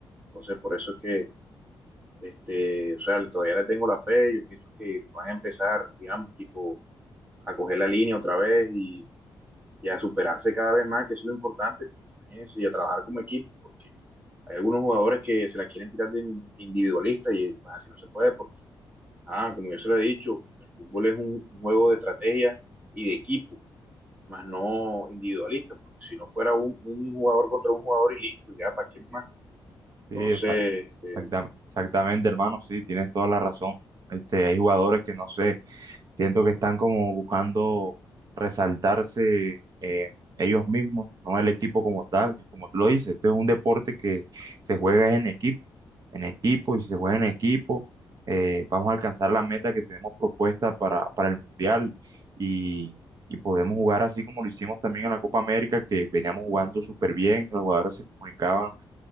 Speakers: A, on the right; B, on the right.
A: Entonces por eso es que, este, o sea, todavía le tengo la fe. Yo pienso que van a empezar, digamos, tipo, a coger la línea otra vez y y a superarse cada vez más, que eso es lo importante, y a trabajar como equipo, porque hay algunos jugadores que se la quieren tirar de individualista y pues así no se puede, porque, ah, como yo se lo he dicho, el fútbol es un, un juego de estrategia y de equipo, más no individualista, porque si no fuera un, un jugador contra un jugador y listo, ya, ¿para qué más? Entonces,
B: Sí, esa-
A: este,
B: exactam- exactamente, hermano, sí, tienes toda la razón. Este, hay jugadores que no sé, siento que están como buscando resaltarse eh, ellos mismos, no el equipo como tal. Y como tú lo dices, esto es un deporte que se juega en equipo, en equipo, y si se juega en equipo, eh, vamos a alcanzar la meta que tenemos propuesta para, para el Mundial y, y podemos jugar así como lo hicimos también en la Copa América, que veníamos jugando súper bien, los jugadores se comunicaban